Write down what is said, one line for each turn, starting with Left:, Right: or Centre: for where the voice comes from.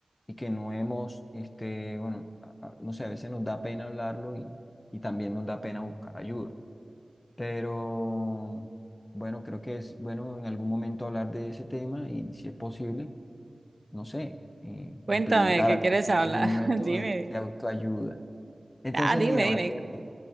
Left: y que no hemos, este, bueno, a- a- no sé, a veces nos da pena hablarlo y, y también nos da pena buscar ayuda. Pero bueno, creo que es bueno en algún momento hablar de ese tema y si es posible no sé, eh,
Right: Cuéntame,
Left: implementar
Right: ¿qué
Left: algún,
Right: quieres hablar?
Left: algún
Right: <laughs>
Left: método
Right: Dime.
Left: de, de autoayuda. Entonces,
Right: Ah, dime,
Left: mira, María,
Right: dime.
Left: eh,